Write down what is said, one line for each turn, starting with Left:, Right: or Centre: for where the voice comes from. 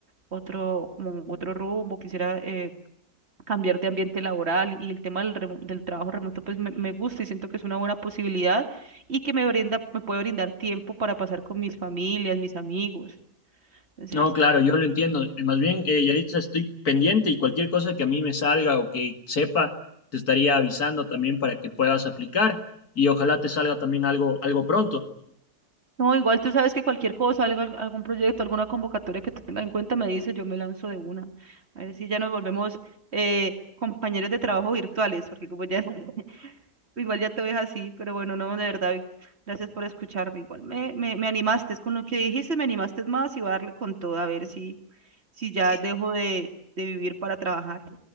Right: otro, como otro rumbo, quisiera eh, cambiar de ambiente laboral y el tema del, remo- del trabajo remoto pues me, me gusta y siento que es una buena posibilidad y que me brinda, me puede brindar tiempo para pasar con mis familias, mis amigos. Entonces,
Left: No, claro, yo lo entiendo. Y Más bien, eh, Yaritza, estoy pendiente y cualquier cosa que a mí me salga o que sepa, te estaría avisando también para que puedas aplicar y ojalá te salga también algo, algo pronto.
Right: No, igual tú sabes que cualquier cosa, algo- algún proyecto, alguna convocatoria que tenga en cuenta me dice, yo me lanzo de una. A ver si ya nos volvemos eh, compañeros de trabajo virtuales, porque como ya, <laughs> igual ya te ves así, pero bueno, no, de verdad, Vic, gracias por escucharme. Igual me, me, me animaste, es con lo que dijiste, me animaste más y voy a darle con todo, a ver si, si ya
Left: Sí.
Right: dejo de, de vivir para trabajar.